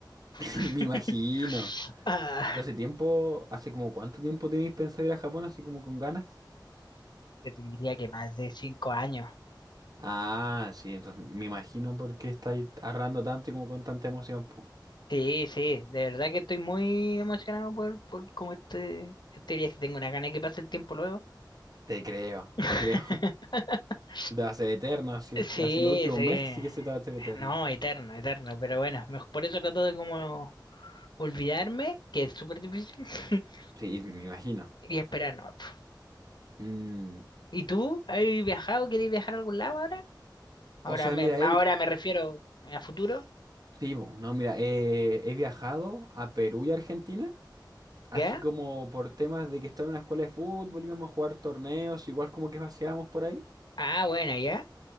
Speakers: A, on the right (about 55°); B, on the left (about 70°).
A: <laughs>
B: <laughs>
A: Me imagino.
B: Ah,
A: Entonces, tiempo, ¿hace como cuánto tiempo tenéis pensado ir a Japón así como con ganas?
B: yo te diría que más de cinco años.
A: Ah, sí, entonces me imagino por qué estáis arrando tanto y como con tanta emoción, po.
B: Sí, sí, de verdad que estoy muy emocionado por, por como este, este viaje. Tengo una gana de que pase el tiempo luego.
A: Te creo,
B: <laughs>
A: te creo. <laughs> Se te va a hacer eterno, así,
B: Sí,
A: es- así los últimos
B: sí.
A: meses sí que se te va a hacer eterno.
B: No, eterno, eterno. Pero bueno, mej- por eso trato de como olvidarme, que es súper difícil, <laughs>
A: Sí, me imagino.
B: y esperar, no. pf.
A: Mm.
B: ¿Y tú? ¿Has viajado? ¿Quieres viajar a algún lado ahora? Ahora
A: O sea,
B: me,
A: mira, he,
B: ahora me refiero a futuro.
A: sí, bo, no, mira, eh, he viajado a Perú y Argentina, así
B: ¿Ya?
A: como por temas de que estaba en una escuela de fútbol, íbamos a jugar torneos, igual como que paseábamos por ahí.
B: Ah, bueno, ya.